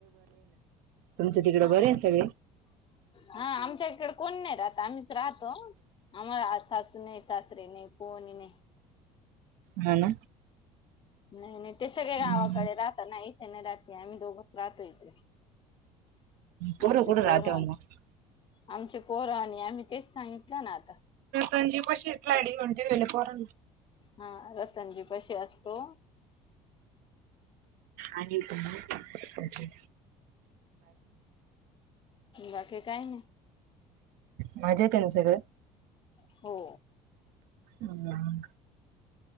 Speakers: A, on the right (about 65°); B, on the left (about 30°).
A: तुमचं तिकडं
B: हा
A: बरे
B: ना
A: आहे सगळे
B: हा आमच्या इकडे कोण नाही राहता आम्हीच राहतो आमार शाशू नाहीय शश्र नाही कोवण नाही
A: हा ना
B: नाही नाही ते सगळे गावाकडे
A: हम्म.
B: राहत ना इथे नाही राह आम्ही दोघं रात य तेे
A: पोरं
B: आमचे
A: कुठं राहते
B: पोर
A: हो मग
B: आमचे पोर आणि आम्ही तेच सांगितलं ना आता
A: संजी पेला अडी होंे वेलर
B: हा रतनजी कशी असतो
A: आणि बाकी
B: बाकीे काय नाही
A: माझ्या त्यां सगळं
B: हो.
A: हम्म